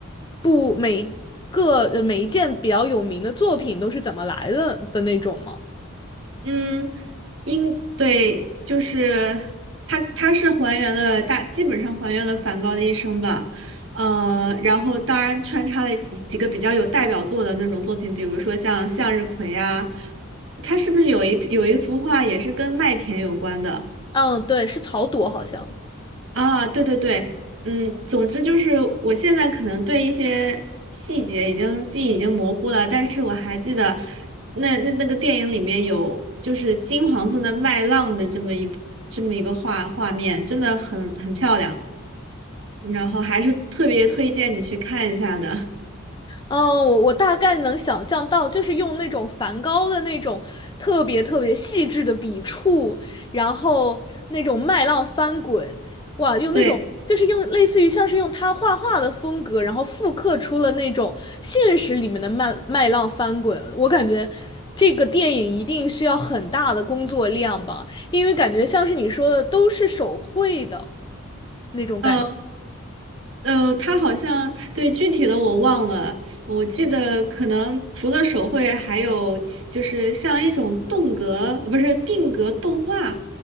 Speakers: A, on the left (about 20°); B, on the right (about 65°).
A: 部每一个呃每一件比较有名的作品都是怎么来的的那种吗？
B: 嗯，应对就是它，它是还原了大，基本上还原了梵高的一生吧。呃，然后当然穿插了几几个比较有代表作的那种作品，比如说像向日葵啊，它是不是有一有一幅画也是跟麦田有关的？
A: 嗯，对，是草垛好像。
B: 啊，对对对，嗯，总之就是我现在可能对一些细节已经记忆已经模糊了，但是我还记得那那那个电影里面有就是金黄色的麦浪的这么一这么一个画画面，真的很很漂亮，然后还是特别推荐你去看一下的。
A: 嗯，我我大概能想象到，就是用那种梵高的那种特别特别细致的笔触，然后那种麦浪翻滚，哇，
B: <laughs>
A: 用那种就是用类似于像是用他画画的风格，
B: 对。
A: 然后复刻出了那种现实里面的麦麦浪翻滚。我感觉这个电影一定需要很大的工作量吧，因为感觉像是你说的都是手绘的那种感觉。
B: 嗯。呃，他好像对具体的我忘了，我记得可能除了手绘，还有其就是像一种动格，不是定格动画，